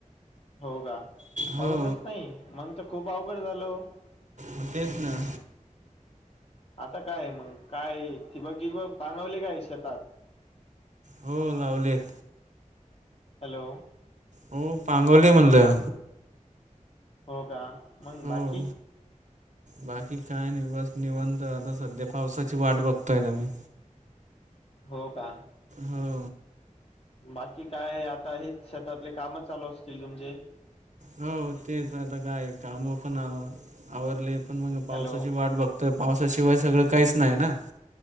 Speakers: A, on the left; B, on the right.
A: हो का
B: हो
A: पाऊसच नाही मग तर खूप अवघड झालं.
B: हो तेच ना
A: आता काय मग काय थि बगी व पागवले काय शेतात
B: हो लावलेत.
A: हॅलो,
B: त पांगोली म्हणल्या
A: हो का मंग
B: हो
A: बाकी
B: बाकी काय नाही बस निवंत आता सध्या पावसाची वाट बघतोय आम्ही
A: हो का,
B: हो.
A: बाकी काय आता हेच शेतातले काम चालू असतील तुमचे
B: हो तेच आता काय काम पण आवरले पण मग पावसाची
A: हॅलो
B: वाट बघ तर पावसाशिवाय सगळं काहीच नाही ना